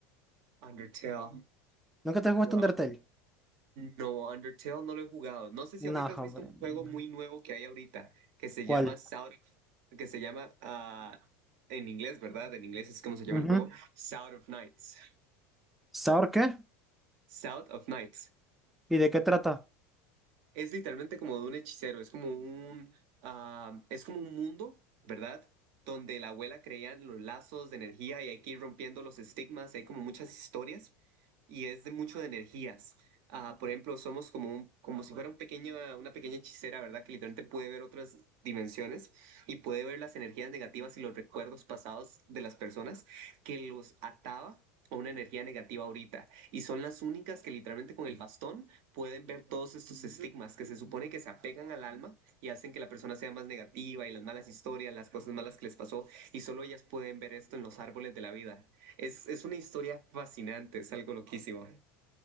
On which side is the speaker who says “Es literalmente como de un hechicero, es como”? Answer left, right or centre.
Right